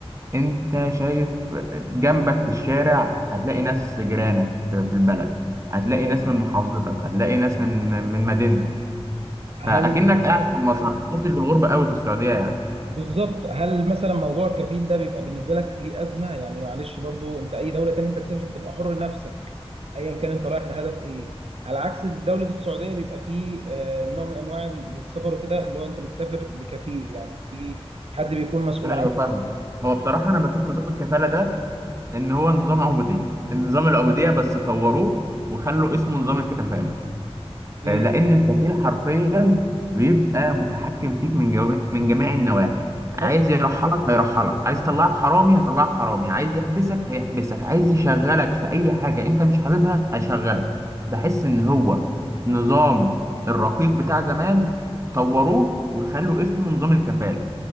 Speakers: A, on the right; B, on the right.
A: انت شايف جنبك في الشارع هتلاقي ناس جيرانك في البلد هتلاقي
B: ايوه
A: ناس من محافظتك هتلاقي ناس من من مدينتك
B: هل
A: فاكنك قاعد في مصر ما تحسش بالغربه قوي في السعوديه يعني
B: بالظبط هل مثلا موضوع الكفيل ده بيبقى بالنسبه لك ليه ازمه يعني معلش برضو انت اي دوله تانية انت تسافر تبقى حر نفسك ايا كان انت رايح لهدف ايه على عكس دوله السعوديه بيبقى فيه آه، نوع من انواع السفر وكده اللي هو انت بتسافر لكفيل يعني في حد بيكون مسؤول
A: ايوه
B: عنك
A: فاهمك هو بصراحه انا بشوف نظام الكفاله ده ان هو نظام عبوديه النظام العبوديه بس طوروه وخلوا اسمه نظام الكفاله
B: امم
A: آه، لأن الكفيل حرفيا بيبقى متحكم فيك من جو... من جميع النواحي
B: <laughs>
A: عايز
B: حصل
A: يرحلك هيرحلك عايز يطلعك
B: حصل
A: حرامي هيطلعك حرامي عايز يحبسك هيحبسك عايز يشغلك في أي حاجة أنت مش حاببها هيشغلك بحس إن هو نظام الرقيق بتاع زمان طوروه وخلوا اسمه نظام الكفالة